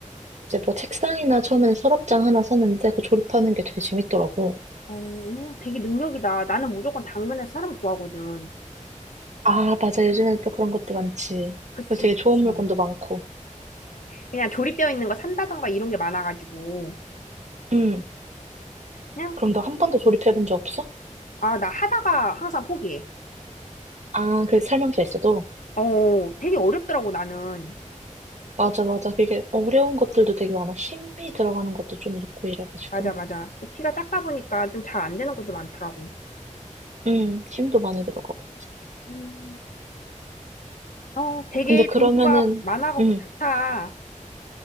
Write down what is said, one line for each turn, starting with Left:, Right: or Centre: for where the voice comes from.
Right: 이제 뭐 책상이나 처음엔 서랍장 하나 샀는데 그거 조립하는 게 되게 재밌더라고.
Left: 어, 되게 능력이다. 나는 무조건 당근에서 사람 구하거든.
Right: 아, 맞아. 요즘엔 또 그런 것도 많지.
Left: 그치?
Right: 그리고 되게 좋은 물건도
Left: 어.
Right: 많고.
Left: 그냥 조립되어 있는 거 산다던가 이런 게 많아가지고.
Right: 음,
Left: 그냥,
Right: 그럼 너 한 번도 조립해본 적 없어?
Left: 아, 나 하다가 항상 포기해.
Right: 아, 그 설명서 있어도?
Left: 어, 되게 어렵더라고, 나는.
Right: 맞아, 맞아. 그게 어려운 것들도 되게 많아. 힘이 들어가는 것도 좀 있고 이래가지고.
Left: 맞아, 맞아. 또 키가 작다 보니까 좀 잘 안 되는 것도 많더라고.
Right: 음, 힘도 많이 들어가고.
Left: 음. 어, 되게
Right: 근데 그러면은,
Left: 정보가 많아갖고
Right: 음.
Left: 좋다.